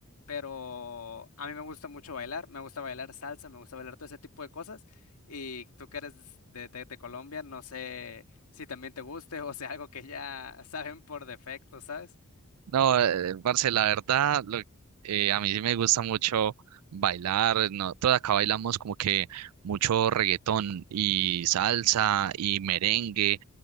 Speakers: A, on the left (about 80°); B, on the right (about 85°).
A: pero a mí me gusta mucho bailar, me gusta bailar salsa, me gusta bailar todo ese tipo de cosas. Y tú que eres de, de de Colombia, no sé si también te guste o sea algo que ya <laughs> saben por defecto, ¿sabes?
B: No, eh, parce, la verdad, lo- eh, a mí sí me gusta mucho bailar. Nosotros acá bailamos como que mucho reggaetón y salsa y merengue.